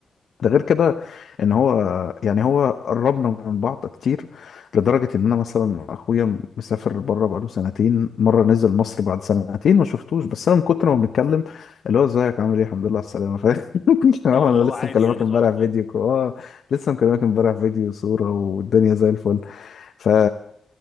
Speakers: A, on the left; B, on the left.
A: ده غير كده ان هو يعني هو قربنا من بعض كتير لدرجة ان انا مثلا اخويا مسافر بره بقاله سنتين مرة نزل مصر بعد سنتين ما شفتوش بس انا من كتر ما بنتكلم اللي هو ازيك عامل ايه الحمد لله على السلامة فاهم <laughs>
B: اه
A: هو
B: اللي
A: انا
B: هو
A: لسه
B: عادي
A: مكلمك
B: يعني
A: امبارح
B: صباح الفل
A: فيديو كو- اه لسه مكلمك امبارح فيديو وصورة والدنيا زي الفل ف